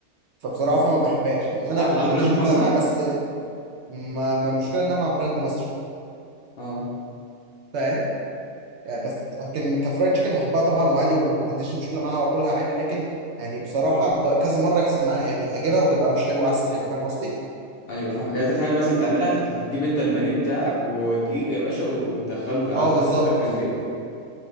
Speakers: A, on the right; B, on the left.
A: فبصراحه
B: مم.
A: أصلاً ما بحبهاش يعني انا
B: حتى
A: ما
B: لو
A: عنديش
B: براند
A: مشكله
B: مصري
A: معاها بس ما ما المشكله انها مع براند مصري
B: اه
A: فاهم يعني بس لكن كفرايد تشيكن بحبها طبعا وعادي وما عنديش مشكله معاها واكلها عادي لكن يعني بصراحه ده كذا مره يحصل معايا يعني اجيبها وتبقى مش حلوه احسن حاجه فاهم قصدي؟
B: ايوه فاهمك يعني انت حاجه مثلا تعملها هتجيب انت البانيه بتاعك ودقيق يا باشا وتدخله في عزيت
A: اه بالظبط
B: عندك في البيت